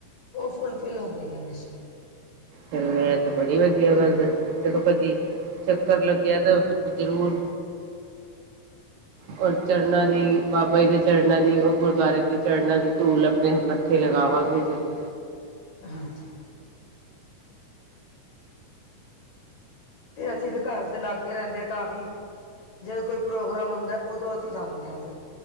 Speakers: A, on the left; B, on the right.
A: ਉਹ ਫੁਲਫਿਲ ਹੁੰਦੀ ਹੈ ਮਸ਼
B: ਚ ਇਹ ਤੇ ਬੜੀ ਵਧੀਆ ਗੱਲ ਦੱਸ ਜਦੋਂ ਕਦੀ ਚੱਕਰ ਲੱਗਿਆ ਤਾਂ ਫਿਰ ਜਰੂਰ
A: <inaudible>
B: ਉਹ ਚਰਨਾਂ ਦੀ ਬਾਬਾ ਜੀ ਦੇ ਚਰਨਾਂ ਦੀ ਉਹ ਗੁਰੂਦੁਆਰੇ ਦੇ ਚਰਨਾਂ ਦੀ ਧੂਲ ਆਪਣੇ ਫਿਰ ਲਗਾਵਾਂ ਗੇ ਜਰੂਰ
A: ਹਾਂਜੀ। ਤੇ ਅਸੀਂ ਤੇ ਘਰ ਦੇ ਲਾਗੇ ਰਹਿੰਦੇ ਤਾਂ ਵੀ ਜਦੋਂ ਕੋਈ ਪ੍ਰੋਗਰਾਮ ਹੁੰਦਾ ਉਦੋਂ ਅਸੀਂ ਜਾਂਦੇ ਹਾਂ ਫੇਰ